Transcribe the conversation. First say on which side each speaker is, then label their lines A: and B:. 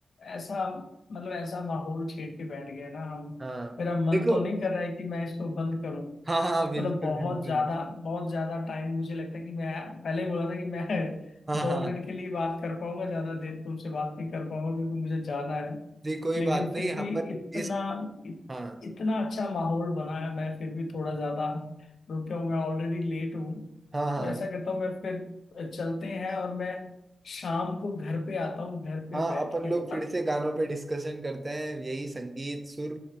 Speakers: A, on the left; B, on the right.
A: ऐसा मतलब ऐसा माहौल छेड़ के बैठ गए ना हम
B: हाँ
A: मेरा मन
B: देखो
A: तो नहीं कर रहा है कि मैं इसको बंद करूं
B: हाँ हाँ बिल्कुल
A: मतलब बहुत
B: बिल्कुल
A: ज्यादा बहुत ज्यादा टाइम मुझे लगता है कि मैं पहले बोला था कि मैं
B: हाँ
A: <laughs> दो
B: हाँ
A: मिनट के लिए बात कर पाऊंगा ज्यादा देर तुमसे बात नहीं कर पाऊंगा क्योंकि मुझे जाना है
B: जी कोई
A: लेकिन
B: बात नहीं
A: फिर
B: यहाँ
A: भी
B: पर
A: इतना
B: इस
A: इत,
B: हाँ
A: इतना अच्छा माहौल बना है मैं फिर भी थोड़ा ज्यादा रुक गया हूँ मैं ऑलरेडी लेट हूँ
B: हाँ हाँ
A: तो ऐसा करता हूँ मैं फिर चलते हैं और मैं शाम को घर पे आता हूँ घर पे
B: हाँ
A: बैठ
B: अपन
A: के
B: लोग
A: बात
B: फिर से
A: करेंगे
B: गानों पे डिस्कशन करते हैं यही संगीत सुर